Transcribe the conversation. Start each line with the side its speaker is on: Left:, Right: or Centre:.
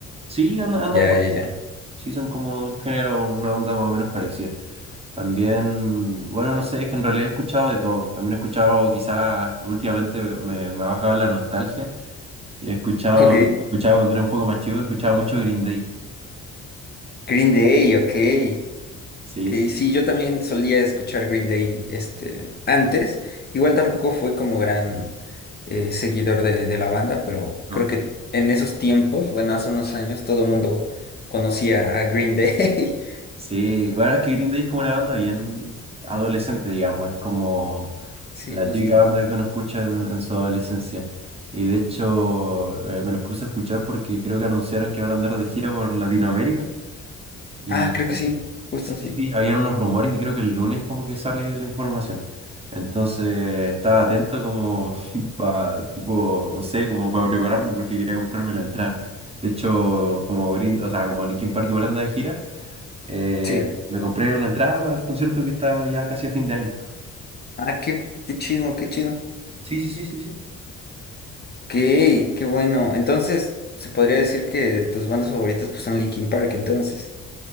Right: Sí, andan, andan
Left: Ya,
Right: por-
Left: ya, ya.
Right: sí, son como un género, una onda más o menos parecida. También, bueno, no sé, es que en realidad he escuchado de todo. También he escuchado, quizás últimamente me, me ha bajado la nostalgia. Yo he escuchado,
Left: Ok.
Right: he escuchado cuando era un poco más chico, he escuchado mucho Green Day.
Left: Green Day, ok.
Right: Sí,
Left: Que
Right: sí,
Left: sí, yo también solía escuchar Green Day este, antes. Igual tampoco fue como gran eh, seguidor de, de la banda, pero
Right: no.
Left: creo que en esos tiempos, bueno, hace unos años, todo el mundo conocía a Green Day. <laughs>
Right: Sí, bueno, es que Green Day es como una banda bien adolescente, digamos, es como
Left: Sí,
Right: la
Left: justo.
Right: típica banda que uno escucha en, en su adolescencia. Y de hecho, eh, me los puse a escuchar porque creo que anunciaron que van a andar de gira por Latinoamérica. Y,
Left: Ah, creo
Right: y-
Left: que sí,
Right: y-
Left: justo
Right: sí,
Left: sí.
Right: sí, sí, habían unos rumores y creo que el lunes como que sale la información. Entonces estaba atento como <laughs> para, tipo, no sé, como para prepararme porque quería comprarme la entrada. De hecho, como Green, o sea, como Linkin Park igual anda de gira, eh,
Left: Sí.
Right: me compré una entrada para el concierto que está ya casi a fin de año.
Left: Ah, qué, qué chido, qué chido. Ok,
Right: Sí, sí, sí, sí, sí.
Left: qué bueno. Entonces, se podría decir que tus bandas favoritas pues, son Linkin Park, entonces.